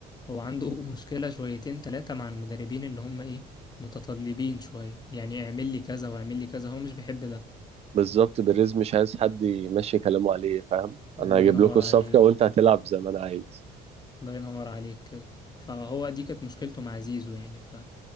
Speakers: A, on the left; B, on the right.
A: هو عنده <laughs> مشكله شويتين ثلاثه مع المدربين اللي هم ايه متطلبين شويه يعني اعمل لي كذا واعمل لي كذا هو مش بيحب ده
B: بالظبط بيريز مش عايز حد يمشي كلامه عليه فاهم
A: الله
B: أنا هجيب
A: ينور
B: لكم
A: عليك
B: الصفقة وأنت هتلعب زي ما أنا عايز
A: الله ينور عليك كده فهو دي كانت مشكلته مع زيزو يعني ف...